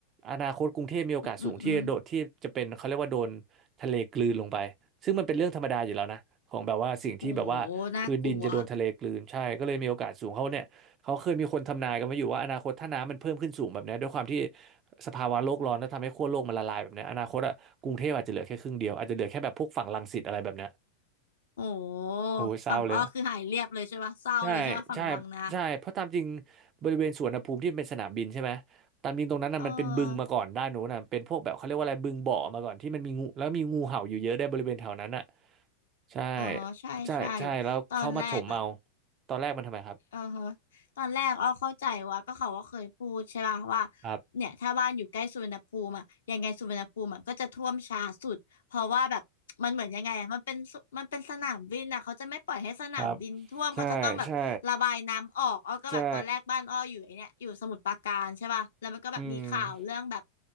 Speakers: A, on the right; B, on the left.
A: อนาคตกรุงเทพมีโอกาสสูงที่โดดที่จะเป็นเขาเรียกว่าโดน
B: อืมอืมอืม
A: ทะเลกลืนลงไปซึ่งมันเป็นเรื่องธรรมดาอยู่แล้วนะของแบบว่าสิ่งที่แบบว่าพื้นดินจะโดนทะเลกลืนใช่ก็เลยมีโอกาสสูงเขาเนี่ยเขาเคยมีคนทำนายกันมาอยู่ว่าอนาคตถ้าน้ำมันเพิ่มขึ้นสูงแบบเนี้ยด้วยความที่
B: โอ้โหน่ากลัว
A: สภาวะโลกร้อนแล้วทำให้ขั้วโลกมันละลายแบบเนี้ยอนาคตอะกรุงเทพอาจจะเหลือแค่ครึ่งเดียวอาจจะเหลือแค่แบบพวกฝั่งรังสิตอะไรแบบเนี้ย
B: โอ้โห
A: โอ้ยเศร้าเลย
B: ฝั่งอ้อคือหายเรียบเลยใช่ป่ะเศร้าเลยใช่ป่ะฝั่งบางนา
A: ใช่ใช่ใช่เพราะตามจริงบริเวณสวนอุณหภูมิที่เป็นสนามบินใช่ไหมตามจริงตรงนั้นน่ะมันเป็นบึงมาก่อนด้านโน้นน่ะเป็นพวกแบบเขาเรียกว่าอะไรบึงบ่อมาก่อนที่มันมีงูแล้วมีงูเห่าอยู่เยอะได้วยบริเวณแถวนั้นน่ะ
B: เออ
A: ใช่
B: อ๋อใช่ใช่
A: ใช่ใช่แล้วเขามาถมเอา
B: ตอนแรกอ่ะ
A: ตอนแรกมันทำไมครับ
B: อ่าฮะตอนแรกอ้อเข้าใจว่าก็เขาว่าเคยพูดใช่ป่ะว่า
A: ครับ
B: เนี่ยถ้าบ้านอยู่ใกล้สุวรรณภูมิอ่ะยังไงสุวรรณภูมิอะก็จะท่วมช้าสุดเพราะว่าแบบมันเหมือนยังไงอะมันเป็นสุมันเป็นสนามบินอ่ะเขาจะไม่ปล่อยให้สนามบินท่วมเขาจะต้องแบบระบายน้ำออกอ้อก็แบบตอนแรกบ้านอ้ออยู่ไอเนี่ยอยู่สมุทรปราการใช่ป่ะแล้วมันก็แบบมีข่าวเรื่องแบบ
A: <laughs> ครับใช่ใช่ใช่อืม